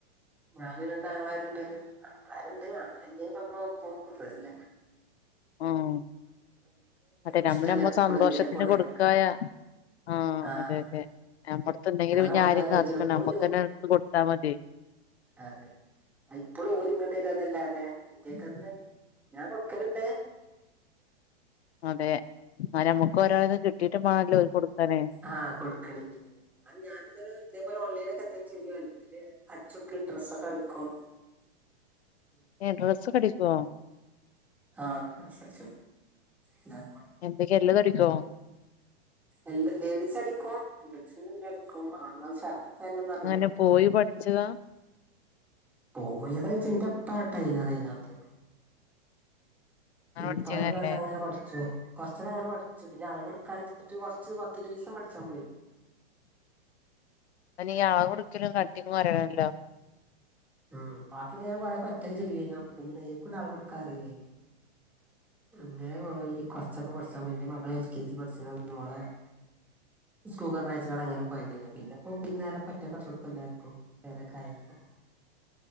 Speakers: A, in the centre; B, on the left.
A: ഞാന് രണ്ട് ആങ്ങളാരുണ്ട് ആരുണ്ട് ആ <unintelligible> ഇമ്മ നോക്കുംല്ല
B: ഉം അതെ നമ്മള്
A: ഇഷ്ടല്ലേ
B: നമ്മ
A: എപ്പളും
B: സന്തോഷത്തിന്
A: എന്തേലൊക്കെ കൊണ്ടേ
B: കൊടുക്കായ
A: കൊടുക്കാൻ
B: ആഹ്
A: ആ
B: അതെ
A: അതന്നെ
B: അതെ നമ്മടടുത്ത എന്തെങ്കിലും
A: അങ്ങനെ കൊടുക്കാന്ന്
B: ആരും കാത്തിനിക്കണ്ട
A: കഴിച്ചില്ല എപ്പളും
B: നമ്മക്ക് തന്നെ എടുത്ത് കൊടുത്ത മതി
A: അതെ ആ ഇപ്പോളും ഓലും ഇങ്ങോട്ട് വരാതെ ഇന്റെയൊക്കന്ന് ഞാൻ കൊടുക്കല ഇണ്ട്
B: അതെ ആ നമുക്ക് ഒരാളത് കിട്ടിയിട്ട് വെണല്ലോ കൊടുക്കാനേ
A: ആഹ് കൊടുക്കണെങ്കില് അത് ഞാന് ഓരോ ഇതെ പോലെ ഓൺ ഒക്കെ എന്തെങ്കിലും ചെയ്യോ അല്ലെങ്കില് അടിച്ചൊടുക്കുന്ന ഡ്രസ് ഒക്കെ അടക്കും <inaudible>
B: ഏയെ ഡ്രസ്സ് ഒക്കെ അടിക്കുവോ
A: ആ ഡ്രസ്സ്‌ അടിച്ചുകൊടുക്കും
B: എന്തൊക്കെയ എല്ലാതും അടിക്കുവോ
A: എല്ലാ ലേഡീസ് അടിക്കും ലേഡീസിന്റെ എല്ലാം അടിക്കും ആണങ്ങടെ ഷർട്ടും- പാന്റ് ഒന്നും അറിയില്ല
B: ഇങ്ങളെങ്ങനെ പോയി പഠിച്ചതാ
A: പോയതാ വെച്ച് എന്റെ അപ്പാ ടൈലർ ആയിരുന്നു ആദ്യയം
B: അങ്ങനെ
A: ഇപ്പാന്റെ
B: പഠിച്ചതല്ലേ
A: കണ്ട് അങ്ങനെ പഠിച്ചു കൊറച്ചക്കെ അങ്ങനെ പഠിച്ചു പിന്നെ അവളവ് എടുക്കാൻ കൊറച്ച് പത്തിരുപത് ദെവസം പഠിച്ചാൻ പോയി
B: അതിന് ഈ അളവ് എടുക്കല് കട്ടിങ് പറയണല്ലോ
A: ഉം ബാക്കിയൊക്കെ ഞാൻ കൊറെ ഒറ്റക്ക് ചെയ്യിനെ പിന്നെ എനിക്ക് ഒന്നും അളവ് എടുക്കാൻ അറിയില്ലേ അങ്ങനെ പോയി കൊറച്ചൊക്കെ പഠിച്ചാ എന്റെ മകൾ എൽ കെ ജി പഠിച്ച മോള് - സ്കൂക്കർ വഴ <unintelligible> ച്ചാണ് അങ്ങനെ പോയതിനെ പിന്നെപ്പ ഇന്നേ നേരെ <unintelligible> പറ്റച്ചകക്ക എല്ലാവർക്കും വേറെക്കായക്ക <unintelligible>